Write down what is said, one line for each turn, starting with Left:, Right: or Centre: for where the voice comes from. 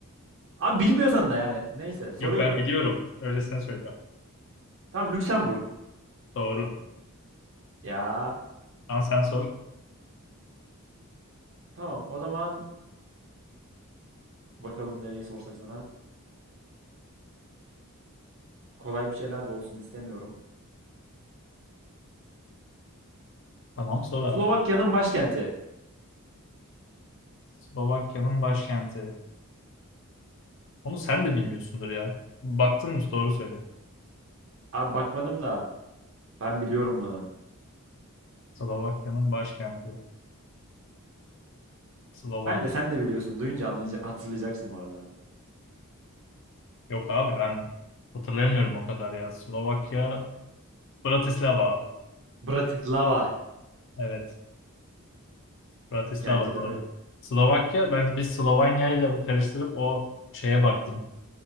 Right: Abi bilmiyorsan da yani. Neyse soruyorum.
Left: Yok ben biliyorum. Öylesine söylüyorum.
Right: Tamam Lüksemburg.
Left: Doğru.
Right: Ya
Left: Lan sen sor.
Right: tamam o zaman bakalım nereyi sorsak sana. Kolay bir şeyler de olsun istemiyorum.
Left: Tamam sor abi.
Right: Slovakya'nın başkenti.
Left: Slovakya'nın başkenti. Onu sen de bilmiyorsundur ya. Baktın mı? Doğru söyle.
Right: Abi bakmadım da ben biliyorum bunu.
Left: Slovakya'nın başkenti. Slovak.
Right: Bence sen de biliyorsun. Duyunca anlayaca- hatırlayacaksın bu arada.
Left: Yok abi ben hatırlayamıyorum o kadar ya. Slovakya Bratislava abi.
Right: Bratislava.
Left: Evet. Bratislava
Right: Geldi
Left: doğru.
Right: değil mi?
Left: Slovakya ben biz Slovanya ile karıştırıp o şeye baktım.